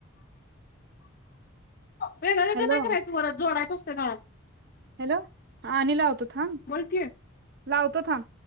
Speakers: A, on the left; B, on the right.
A: <unintelligible>
B: हॅलो
A: तणाव
B: हॅलो हा आणि लावतो थांब.
A: बोल की. हम्म
B: लावतो थांब.